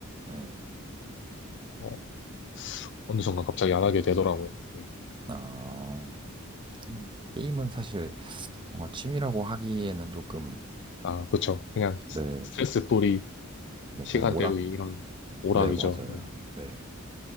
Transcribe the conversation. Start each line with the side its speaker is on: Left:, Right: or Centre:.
Right: 예. 네.
Left: 어, 어느 순간 갑자기 안 하게 되더라고요. 네.
Right: 아, 음, 게임은 사실 뭔가 취미라고 하기에는 조금,
Left: 아, 그쵸. 그냥 스-
Right: 네,
Left: 스트레스 풀이,
Right: 네,
Left: 시간
Right: 그냥 오락,
Left: 때우기, 이런 오락이죠.
Right: 네, 맞아요.
Left: 네.
Right: 네.